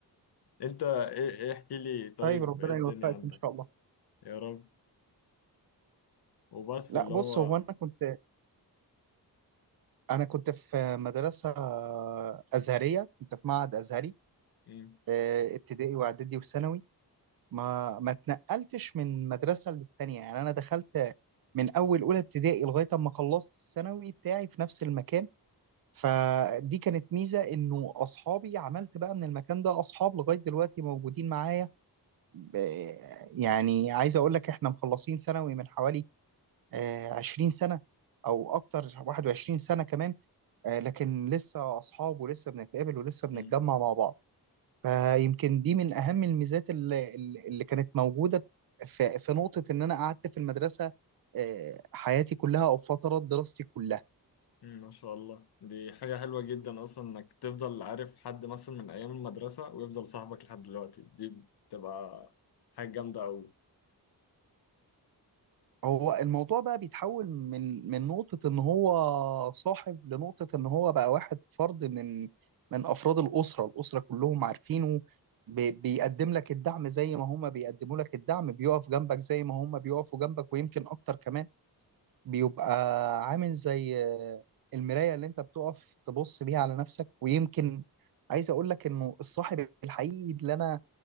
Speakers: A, on the left; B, on the right.
A: انت ايه- ايه، احكي لي طيب
B: طيب ربنا
A: ايه الدنيا
B: يوفقك
A: عندك
B: إن شاء الله
A: يا رب وبس
B: لا
A: اللي
B: بص
A: هو
B: هو أنا كنت أنا كنت في مدرسة أزهرية كنت في معهد أزهري
A: مم،
B: آه، ابتدائي وإعدادي وثانوي ما ما اتنقلتش من مدرسة للتانية يعني أنا دخلت من أول أولى ابتدائي لغاية أما خلصت الثانوي بتاعي في نفس المكان فدي كانت ميزة انه اصحابي عملت بقى من المكان ده اصحاب لغاية دلوقتي موجودين معايا ب- يعني عايز اقول لك احنا مخلصين ثانوي من حوالي آه، 20 سنة او اكتر 21 سنة كمان آه، لكن لسه اصحاب ولسه بنتقابل ولسه بنتجمع
A: مم،
B: مع بعض فيمكن دي من اهم الميزات اللي, اللي كانت موجودة في في نقطة ان انا قعدت في المدرسة آه، حياتي كلها او فترات دراستي كلها
A: مم، ما شاء الله دي حاجة حلوة جدا اصلا انك تفضل عارف حد مثلا من ايام المدرسة ويفضل صاحبك لحد دلوقتي دي بتبقى حاجة جامدة اوي
B: هو الموضوع بقى بيتحول من من نقطة إن هو صاحب لنقطة إن هو بقى واحد فرد من من أفراد الأسرة، الأسرة كلهم عارفينه بي- بيقدم لك الدعم زي ما هما بيقدموا لك الدعم، بيقف جنبك زي ما هما بيقفوا جنبك ويمكن أكتر كمان بيبقى عامل زي آه، المراية اللي انت بتقف تبص بيها على نفسك ويمكن عايز اقول لك انه الصاحب الحقيقي اللي انا